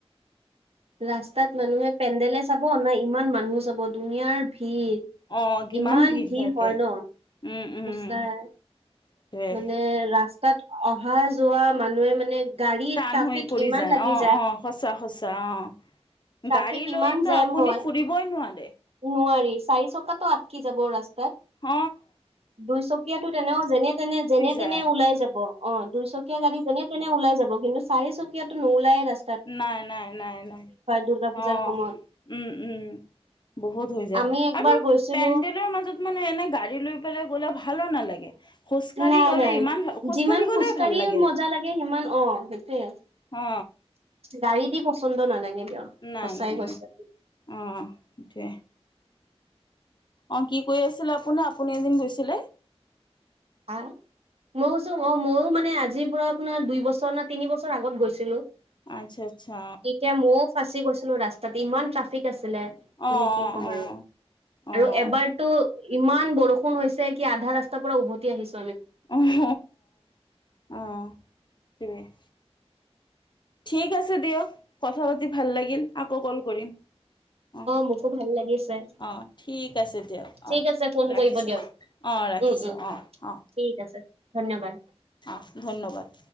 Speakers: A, on the right; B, on the left.
A: ৰাস্তাত মানুহে পেণ্ডেলে চাব না ইমান মানুহ চাব দুুনীয়াৰ ডিষ ভিৰ
B: অ', কিমান
A: ইমান ভিৰ
B: থাকে
A: হয় ন
B: উম, উম,
A: সচাই
B: সেইটোৱে।
A: মানে ৰাস্তাত অহা যোৱা মানুহে মানে গাড়ী
B: টান
A: ট্ৰাফিক
B: হৈ পৰি
A: ইমান
B: যায়
A: লাগি
B: অ অ সঁচা সঁচা অ
A: ট্ৰাফিক
B: গাড়ী
A: ইমান
B: লৈতো
A: জেম
B: আপুনি
A: হয়
B: ফুৰিবই নোৱাৰে
A: নোৱাৰি চাৰি চকা টো আটকি যাব ৰাস্তা
B: হ
A: দুইচকীয়াতো তেনেও যেনে তেনে যেনে
B: যায়
A: তেনে ওলাই যাব অ দুইচকীয়া গাড়ী যেনে তেনে ওলাই যাব কিন্তু চাৰি চকাতো নোলাই ৰাস্তা
B: নাই নাই নাই নাই
A: দুৰ্গা পূজাৰ
B: অ
A: সময়ত
B: উম উম বহুত হৈ যায়
A: আমি একবাৰ
B: আৰু
A: গৈছিলো
B: পেণ্ডেলৰ মাজত মানে এনে গাড়ী লৈ পেলাই গ'লে ভালো নালাগে খোজকাঢ়ি
A: নাই
B: গ'লে
A: নাই
B: ইমানাল খোজ
A: যিমান
B: কাঢ়ি গ'লে
A: খোজকাঢ়ি
B: ভাল লাগে
A: মজা লাগে সিমান অ সেইটোয়ে
B: অ
A: গাড়ী দি পচন্দ নালাগে দিয়ক
B: নাই
A: সঁচাই
B: নাই
A: কৈছে
B: নাই অ সেইটোৱেই অ কি কৰি আছিলে আপোনাৰ আপুনি জিম গৈছিলে
A: আহ মইছো ম মইো মানে আজিৰ পৰাৰা আপোনাৰ দুই বছৰ না তিনি বছৰ আগত গৈছিলো <inaudible>
B: আচ্ছা, আচ্ছা
A: এতিয়া ময়ও ফাঁচি গৈছিলো ৰাস্তাত ইমান ট্ৰাফিক আছে আছিলে
B: অ',
A: মানে কি
B: অ',
A: ক'ম
B: অ',
A: আৰু
B: অ'।
A: আৰু এবাৰতো ইমান বৰষুণ হৈছে কি আধা ৰাস্তাৰ পৰা উভতি আহিছে
B: আহ আহ তেই <inaudible> ঠিক আছে দিয়ক কথা পাতি ভাল লাগিল আকৌ কল কৰিম অ
A: মোকো ভাল লাগিছে
B: অ ঠিক আছে দিয়ক অ
A: ঠিক আছে ফোন
B: ৰাখিছো
A: কৰিব দিয়ক
B: অ ৰাখি
A: উম উম
B: অ অ
A: ঠিক আছে ধন্যবাদ
B: অ ধন্যবাদ